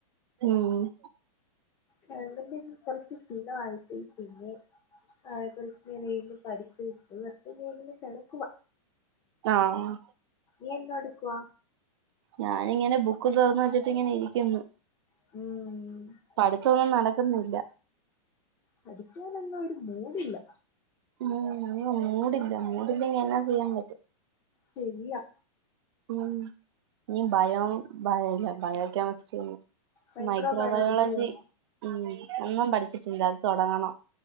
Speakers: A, on the right (about 45°); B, on the left (about 15°).
A: ഉം
B: ഗവൺമെന്റിന് കൊറച്ച് ശീലആയിപ്പോയി പിന്നെ ആഹ് ഇപ്പാ ഇച്ചിരിവീണ്ടും പഠിച്ചു എന്ന പിന്നെ ഇങ്ങനെ കെടക്കുവ
A: ആഹ്
B: നീ എന്നോടുക്കുവ
A: ഞാനിങ്ങനെ ബുക്ക് തോറന്നു വെച്ചിട്ട് ഇങ്ങനെ ഇരിക്കുന്ന്
B: ഉം
A: പഠിത്തൊന്നും നടക്കുന്നില്ല
B: പഠിക്കാനൊന്നും ഒരു മൂടില്ല
A: ഉമ് ഇന്ന് മൂടില്ല മൂടില്ലെങ്കി എന്നാ ചെയ്യാൻ പറ്റും
B: ശരിയാ
A: ഉമ് നീ ബയോ ഇല്ല ബയോ കെമിസ്ട്രി
B: മൈക്രോബയോളജിയോ
A: മൈക്രോബയോളജി ഉം ഒന്നും പഠിച്ചിട്ടില്ല അത് തൊടങ്ങണം